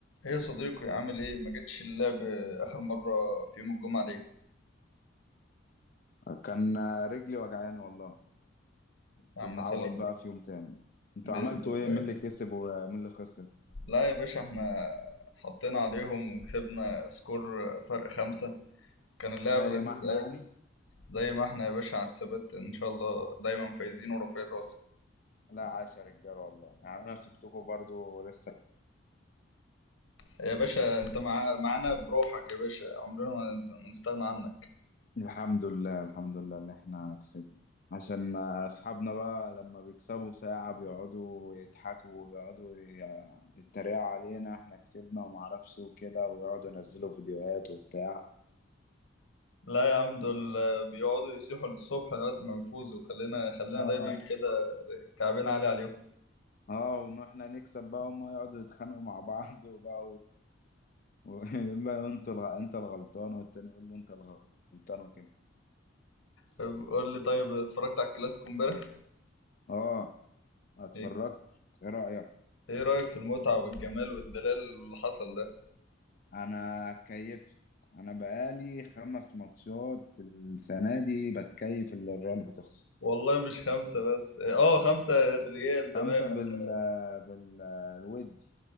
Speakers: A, on the left (about 80°); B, on the left (about 45°).
A: ايه يا صديقي عامل ايه ما جتش اللعب اخر مره في يوم الجمعه ليه
B: كان رجلي وجعاني والله
A: يا
B: تتعوض
A: عم سلام
B: بقى في يوم تاني انتوا
A: باذن
B: عملتوا
A: الله
B: ايه مين اللي كسب ومين اللي خسر
A: لا يا باشا احنا حطينا عليهم وكسبنا سكور فرق خمسة كان اللعب
B: زي
A: لذيذ
B: ما احنا
A: قوي
B: يعني
A: زي ما احنا يا باشا على الثبات ان شاء الله دايما فايزين ورافعين راسك
B: لا عاش يا رجاله والله يعني انا سبتكم برضو لسه
A: يا باشا انت مع... معانا بروحك يا باشا عمرنا ما نت- ما نستغنى عنك
B: الحمد لله الحمد لله اللي احنا كسبنا عشان اصحابنا بقى لما بيكسبوا ساعة بيقعدوا يضحكوا ويقعدوا ي- يتريقوا علينا احنا كسبنا وما اعرفش وكده ويقعدوا ينزلوا فيديوهات وبتاع
A: لا يا عم دول بيقعدوا يصيحوا للصبح لغايه ما بيفوزوا خلينا خلينا
B: اه
A: دايما كده كعبين عالي عليهم
B: اه وان احنا نكسب بقى هما يقعدوا يتخانقوا مع بعض <laughs> وبقى ويقول له انتوا الغ... انت الغلطان والتاني يقول له انت الغلطان وكده
A: طيب، قول لي طيب اتفرجت على الكلاسيكو امبارح
B: اه اتفرجت
A: ايه
B: ايه رأيك
A: إيه رأيك في المتعة والجمال والدلال اللي حصل ده
B: انا كيفت انا بقالي خمس ماتشات السنة دي بتكيف اللي الريال بتخسر
A: والله مش خمسة بس اه خمسة ريال تمام
B: خمسة
A: إنما-
B: بال بال الودي